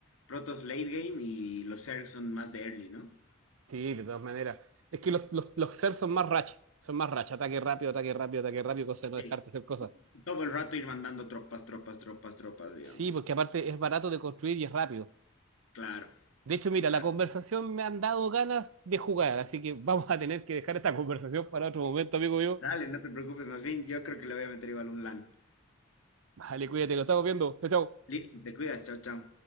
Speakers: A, on the left (about 85°); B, on the right (about 80°).
A: Protoss late game y los Zerg son más de early, ¿no?
B: Sí, de todas maneras. Es que los, los, los Zerg son más racha, son más racha, ataque rápido, ataque rápido, ataque rápido, cosa de no
A: Sí.
B: dejarte hacer cosas.
A: Y y todo el rato ir mandando tropas, tropas, tropas, tropas, digamos.
B: Sí, porque aparte es barato de construir y es rápido.
A: Claro,
B: De hecho, mira,
A: claro.
B: la conversación me han dado ganas de jugar, así que vamos a tener que dejar esta <laughs> conversación para otro momento, amigo mío.
A: Dale, no te preocupes, más bien yo creo que le voy a meter igual un LAN.
B: Vale, cuídate, lo estamos viendo. Chao, chao.
A: Listo, te cuidas, chao, chao.